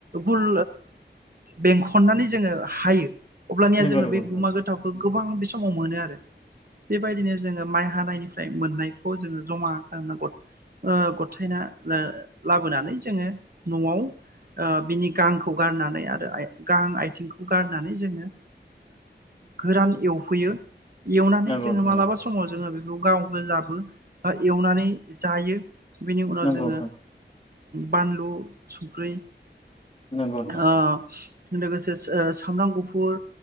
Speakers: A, on the right; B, on the left.
A: गुल बेंखननानै जोङो हायो । अब्लानिया
B: नंगौ
A: जोङो
B: नंगौ
A: बे
B: नोंथां
A: गुमा गोथावखौ गोबां बेस समाव मोनो आरो । बेबायदिनो जोङो माइ हानायनिफ्र मोननायखौ जोङो जमा खालामना गथायना लाबोनानै जोङो न'आव ओ बिनि गांखौ गारनानै आरो गां आथिंखौ गारनानै जोङो गोरान एव फैयो एवनानै
B: नंगौ
A: जोङो
B: नंगौ नोंथां
A: मालाबा समाव जोङो बे गाव गोजाबो एवनानै जायो बिनि
B: नंगौ
A: उनाव जोङो बानलु संख्रि
B: नोंथां
A: अ लोगोसे सो सामब्राम गुफुर